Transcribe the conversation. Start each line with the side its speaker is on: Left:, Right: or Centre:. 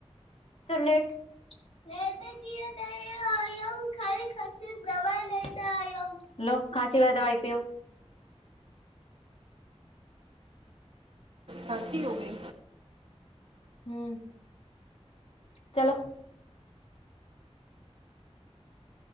Left: ہلو کھاسی کا دوائی پیو
Right: سچی ہو گئی
Left: ہوں چلو